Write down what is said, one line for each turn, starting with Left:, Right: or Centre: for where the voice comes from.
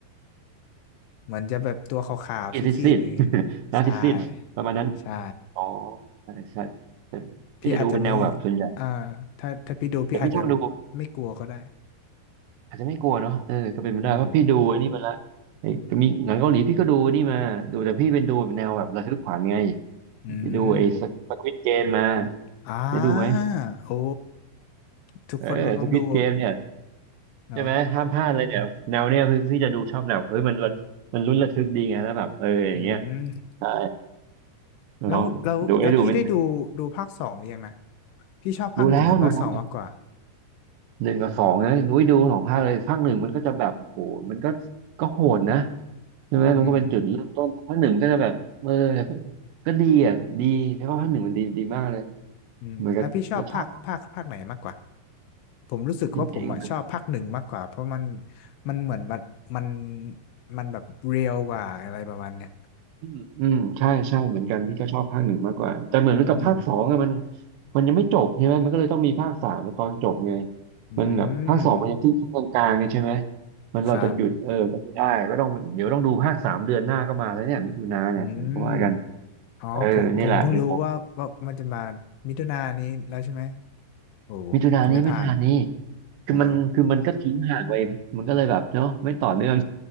Left: ๆเหมือนจะแบบตัวขาวๆซีดๆอะไรเงี้ยใช่
Right: พี่ซิดซิด <laughs> หนาซิดซิด <laughs> ประมาณนั้น
Left: ใช่
Right: อ๋อใช่ใช่
Left: พี่อาจจะไม่
Right: พี่จะดูเป็นแนวแบบส่วนใหญ่
Left: อ่าถ้าถ้าพี่ดูพี่อาจจะ
Right: แต่พี่ชอบดู
Left: ไม่กลัวก็ได้
Right: อาจจะไม่กลัวเนาะเออก็เป็นไปได้เพราะพี่ดูอันนี้มาละไอ้มีหนังเกาหลีพี่ก็ดูนี่มาดูแต่พี่เป็นดูแบบแนวแบบระทึกขวัญไง
Left: อืม อื
Right: ไปดูไอ้สควิดเกมมา
Left: ม อ่าโอ้
Right: ได้ดูไหม
Left: ทุกคนก็ต้องดู
Right: เออสควิดเกมเนี่ย
Left: เนาะ
Right: ใช่ไหมห้ามพลาดเลยเนี่ยแนวเนี้ยคือพี่จะดูชอบแบบเอ้ยมันระมันลุ้นระทึกดีไงแล้วแบบเอออย่างเงี้ย
Left: อืม
Right: ใช่
Left: แล้วแล้วแล้วพี่ได้ดูดูภาคสองหรือยังนะ
Right: เนาะดูไอ้ดูมัน
Left: พี่ชอบภาคหนึ่งหรือภาคสองมากกว่า
Right: ดูแล้วดูแล้วหนึ่งกับสองนะนุ้ยดูสองภาคเลยภาคหนึ่งมันก็จะแบบโอ้โหมันก็ก็โหดนะใช่ไหมมันก็เป็นจุดเริ่มต้นภาคหนึ่งมันก็จะแบบเออ
Left: อืม
Right: ก็ดีอ่ะดีแล้วก็ภาคหนึ่งมันดีดีมากเลย
Left: อืมแล้วพี่ชอบภาคภาคภาคไหนมากกว่า
Right: เหมือนกับจะชอบ
Left: ผมรู้สึกว่าผมอะชอบภาคหนึ่งมากกว่าเพราะมัน
Right: จริงๆ
Left: มันเหมือนมันมันมันแบบเรียลกว่าอะไรประมาณเนี้ย
Right: อืมอืมใช่ใช่เหมือนกันพี่ก็ชอบภาคหนึ่งมากกว่าแต่เหมือนกับภาคสองอะมัน
Left: อืม
Right: มันยังไม่จบใช่ไหมมันก็เลยต้องมีภาคสามตอนจบไง
Left: อื
Right: มันแบบภาคสองมันยังครึ่งคกลางๆไงใช่ไหม
Left: ม
Right: มันเราจะหยุดเออก็ไม่ได้ก็ต้องเดี๋ยวต้องดูภาคสามเดือนหน้าก็มาแล้วเนี่ยมิถุนาเนี่ยก็ว่ากัน
Left: ครับอืมอ๋อผมผมเพิ่งรู้ว่าว่ามันจะมามิถุนายนนี้แล้วใช่ไหม
Right: เออนี่แหละ้
Left: โอ้
Right: มิถุนานี้มิถุนานี้
Left: ต้องไม่พลาด
Right: คือมันคือมันก็ทิ้งห่างไปมันก็เลยแบบเนาะไม่ต่อเนื่อง
Left: อ๋อ